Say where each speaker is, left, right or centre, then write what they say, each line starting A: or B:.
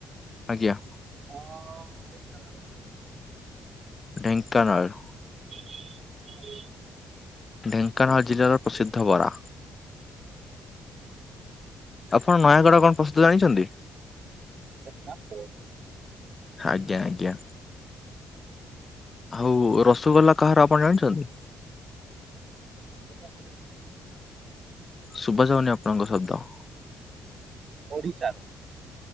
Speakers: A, on the left (about 30°); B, on the right (about 50°).
A: ଆଜ୍ଞା।
B: ହଁ ଢେଙ୍କାନାଳ
A: ଢେଙ୍କାନାଳ
B: ହ
A: ଢେଙ୍କାନାଳ ଜିଲ୍ଲାରେ ପ୍ରସିଦ୍ଧ ବରା। ଆପଣ ନୟାଗଡ଼ କଣ ପ୍ରସିଦ୍ଧ ଜାଣିଛନ୍ତି?
B: ଛେନାପୋଡ଼।
A: ଆଜ୍ଞା ଆଜ୍ଞା, ଆଉ ରସଗୋଲା କାହାର ଆପଣ ଜାଣିଛନ୍ତି?
B: ଛେନାପୋଡ଼
A: ଶୁଭା ଯାଉନି ଆପଣଙ୍କ ଶବ୍ଦ।
B: ଓଡ଼ିଶାର